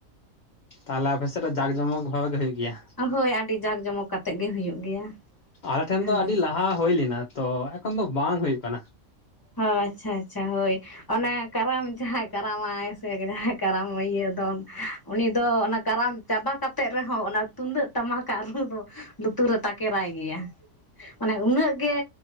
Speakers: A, on the left; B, on the left.
A: ᱛᱟᱦᱟᱞᱮ ᱟᱯᱮ ᱥᱮᱫ ᱨᱮ ᱡᱟᱠ ᱡᱚᱢᱚᱠ ᱵᱷᱟᱵᱮ ᱜᱮ ᱦᱩᱭᱩᱜ ᱜᱮᱭᱟ?
B: ᱦᱳᱭ ᱟᱹᱰᱤ ᱡᱟᱠ ᱡᱚᱢᱚᱠ᱾ ᱠᱟᱛᱮᱜ ᱜᱮ ᱦᱩᱭᱩᱜ ᱜᱮᱭᱟ
A: ᱟᱞᱮ ᱴᱷᱮᱱ
B: ᱦᱮᱸ
A: ᱫᱚ ᱟᱹᱰᱤ ᱞᱟᱦᱟ ᱦᱩᱭ ᱞᱮᱱᱟ ᱛᱚ ᱮᱠᱷᱚᱱ ᱫᱚ ᱵᱟᱝ ᱦᱩᱭᱩᱜ ᱠᱟᱱᱟ ᱾
B: ᱦᱚ ᱟᱪᱪᱷᱟ ᱟᱪᱪᱷᱟ ᱦᱳᱭ᱾ ᱚᱱᱮ ᱠᱟᱨᱟᱢ ᱡᱟᱦᱟᱸᱭ ᱠᱟᱨᱟᱢᱟᱭ ᱥᱮ ᱡᱟᱦᱟᱸᱭ ᱠᱟᱨᱟᱢ ᱤᱭᱟᱹ ᱫᱚᱱ, ᱩᱱᱤ ᱫᱚ ᱚᱱᱟ ᱠᱟᱨᱟᱢ ᱪᱟᱵᱟ ᱠᱟᱛᱮᱜ ᱨᱮᱦᱚᱸ ᱚᱱᱟ ᱛᱩᱢᱫᱟᱹᱜ ᱴᱟᱢᱟᱠᱟᱜ ᱨᱩ ᱫᱚ ᱞᱩᱛᱩ ᱨᱮ ᱛᱟᱠᱮᱨᱟᱭ ᱜᱮᱭᱟ ᱾ ᱢᱟᱱᱮ ᱩᱱᱟᱹᱜ ᱜᱮ